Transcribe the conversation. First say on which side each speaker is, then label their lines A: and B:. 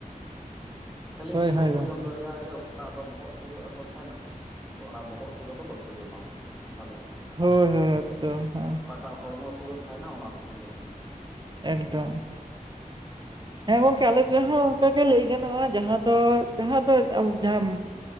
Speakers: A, in the centre; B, on the right.
A: ᱠᱷᱟᱹᱞᱤ
B: ᱦᱳᱭ
A: ᱱᱤᱭᱟᱹ
B: ᱦᱳᱭ
A: ᱵᱟᱠᱚ
B: ᱜᱚᱝᱠᱮ
A: ᱡᱚᱢ ᱫᱟᱲᱮᱭᱟᱜᱼᱟ ᱡᱮ ᱚᱠᱟᱴᱟᱜ ᱫᱚ ᱵᱚᱦᱚᱜ ᱥᱩᱲᱩ ᱟᱨᱦᱚᱸ ᱛᱟᱦᱮᱱᱟ᱾ ᱛᱚ ᱚᱱᱟ ᱵᱚᱦᱚᱜ ᱥᱩᱲᱮ ᱫᱚ ᱵᱟᱠᱚ ᱡᱚᱢᱟ ᱩᱱᱠᱩ ᱫᱚ ᱵᱟᱞᱮ ᱮᱢᱟ ᱠᱚᱣᱟ᱾
B: ᱦᱳᱭ ᱦᱳᱭ ᱮᱠᱫᱚᱢ ᱦᱮᱸ
A: ᱮᱴᱟᱜ ᱦᱚᱲᱢᱚ ᱥᱚᱲᱮ ᱛᱟᱦᱮᱱᱟ ᱚᱱᱟ ᱫᱚᱠᱚ ᱡᱚᱢ ᱜᱮᱭᱟ᱾
B: ᱮᱠᱫᱚᱢ ᱦᱮᱸ ᱜᱚᱝᱠᱮ ᱟᱞᱮ ᱥᱮᱫ ᱦᱚᱸ ᱚᱱᱠᱟᱜᱮ ᱞᱟᱹᱭ ᱜᱟᱱᱚᱜᱼᱟ ᱡᱟᱦᱟᱸ ᱫᱚ ᱡᱟᱦᱟᱸ ᱫᱚ ᱡᱟᱦᱟᱸ